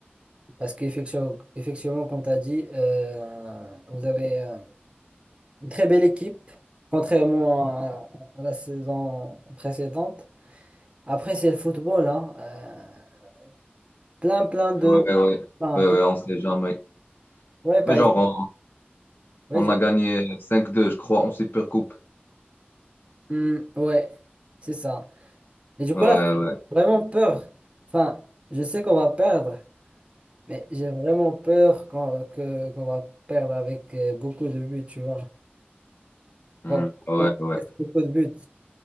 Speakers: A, on the right (about 30°); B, on the left (about 50°).
A: parce qu'effectivement, effectivement, comme tu as dit, euh, vous avez euh, une très belle équipe, contrairement à, à la saison précédente. Après, c'est le football, hein. euh, plein, plein de...
B: Ouais, ouais,
A: enfin,
B: ouais,
A: plein-
B: ouais, on sait jamais.
A: ouais,
B: Mais
A: par
B: genre,
A: exemple. Ouais,
B: on,
A: du-
B: on a gagné 5-2, je crois, en Supercoupe.
A: Hum, ouais, c'est ça. Et du
B: Ouais,
A: coup, là, c'est
B: ouais.
A: vraiment peur. Enfin, je sais qu'on va perdre. Mais j'ai vraiment peur qu'on que- qu'on va perdre avec euh, beaucoup de buts, tu vois. Quand,
B: Mhm. Ouais,
A: quand
B: ouais.
A: il y a beaucoup de buts.